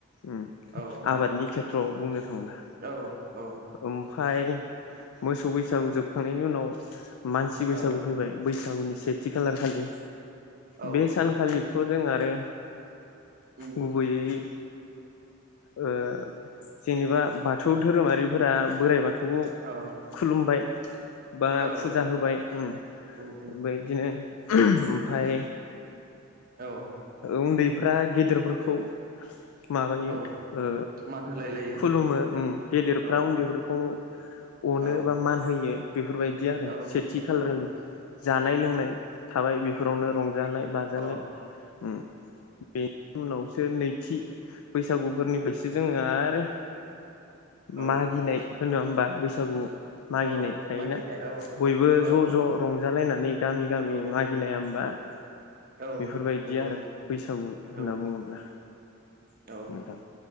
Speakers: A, on the left; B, on the right.
A: ओम
B: औ
A: आबादनि खेथ्रआव बुंनो थांला
B: औ औ
A: ओमफफाय मोसौ बैसागु जोबखांनायनि उनाव मानसि बैसागु
B: औ
A: फैबाय बैसागुनि सेथि खालारखालि
B: औ
A: बे सानखालि जों आरो
B: उम
A: गुबैयै ओ जेनेबा थौ धोरोमारिफोरा बोराइ बाथौखौ
B: औ
A: खुलुमबाय। बा
B: औ
A: फुजा होबाय ओम
B: उम उम
A: बेदिनो ओहोम ओमफ्राय
B: औ
A: उन्दैफ्रा गेदेरफोरखौ माबायो
B: औ
A: ओ
B: मान होलाय लायो
A: खुलुमो ओम गेदेरफ्रा
B: औ
A: उन्दैफोरखौ अनो
B: औ
A: बा मान होयो बेफोरबायदि आरो
B: औ
A: सेथि खालार
B: औ
A: खालि। जानाय-लोंनाय थाबाय बेफोरावनो रंजालाय-बाजालाय।
B: औ
A: ओम बेनि उनावसो नैथि बैसा गुफोरनिफ्रायसो जोङो आरो
B: औ
A: मागिनाय होना होमबा बैसागु मागिनाय
B: औ
A: थायोना।
B: मागिनाय औ
A: बयबो ज'
B: औ
A: ज' रंजालायना गामि-गामि
B: औ
A: मागिलाया होमबा
B: औ
A: बेफोरबायदि
B: नंगौ
A: आरो
B: नोंथां
A: बैसागु होनना
B: औ
A: बुङोब्ला।
B: औ
A: नोंथां